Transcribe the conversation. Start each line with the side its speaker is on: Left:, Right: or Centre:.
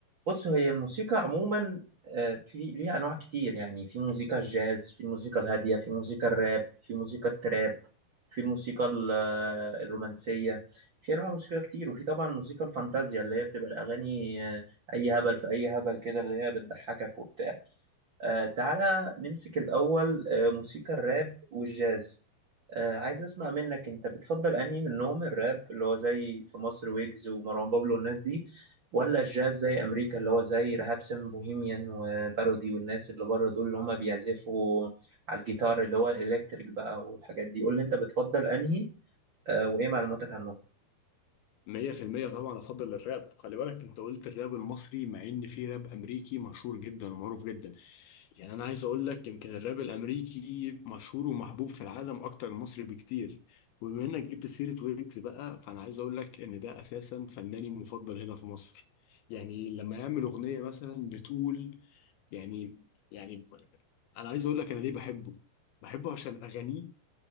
Right: بص هي الموسيقى عموما آه، في ليها انواع كتير يعني في موسيقى الجاز في الموسيقى الهاديه في موسيقى الراب في موسيقى التراب في الموسيقى ال- آه، الرومانسيه في انواع موسيقى كتير وفي طبعا موسيقى الفانتازيا اللي هي بتبقى الاغاني آه، اي هبل في اي هبل كده اللي هي بتضحكك وبتاع آه، تعالى نمسك الاول آه، موسيقى الراب والجاز آه عايز اسمع منك انت بتفضل انهي منهم الراب اللي هو زي في مصر ويجز ومروان بابلو والناس دي ولا الجاز زي امريكا اللي هو زي رهاب سم بوهيميان وبارودي والناس اللي بره دول اللي هم بيعزفوا على الجيتار اللي هو الالكتريك بقى والحاجات دي قول لي انت بتفضل انهي آه وايه معلوماتك عنهم
Left: مية في المية طبعا أفضل الراب خلي بالك أنت قلت الراب المصري مع إن في راب أمريكي مشهور جدا ومعروف جدا يعني أنا عايز أقول لك يمكن الراب الأمريكي مشهور ومحبوب في العالم أكتر من المصري بكتير وبما إنك جبت سيرة ويجز بقى فأنا عايز أقول لك إن ده أساسا فناني مفضل هنا في مصر يعني لما يعمل أغنية مثلا بتقول يعني يعني أنا عايز أقول لك أنا ليه بحبه بحبه عشان أغانيه